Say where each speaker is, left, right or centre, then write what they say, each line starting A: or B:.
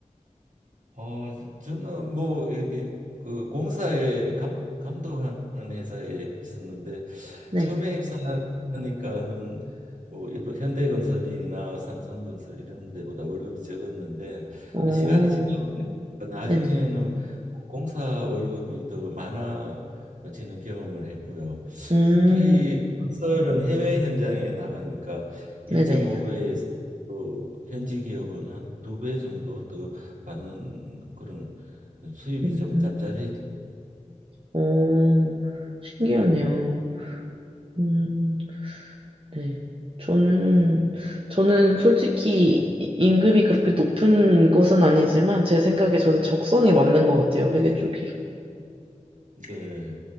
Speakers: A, on the right; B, on the right.
A: 어, 저는 뭐 이렇게 그 공사에 감, 감독하는 회사에 있었는데
B: 네.
A: 처음에 입사하니까는 뭐 일본 현대건설이나 삼성건설 이런 데보다 월급이 적었는데
B: 어,
A: 시간이 지나보니 나중에는
B: 네네.
A: 공사 월급이 더 많아지는 경험을 했고요.
B: 음,
A: 특히 건설은 해외 현장에 나가니까 1.5배에서
B: 네네.
A: 또 현지 기업은 한 두 배 정도 더 받는 그런 수입이
B: 음,
A: 좀 짭짤했지.
B: 어, 신기하네요. 음, 네. 저는, 저는 솔직히 이- 임금이 그렇게 높은 것은 아니지만 제 생각에 저는 적성이 맞는 것 같아요. 회계 쪽이.
A: 네.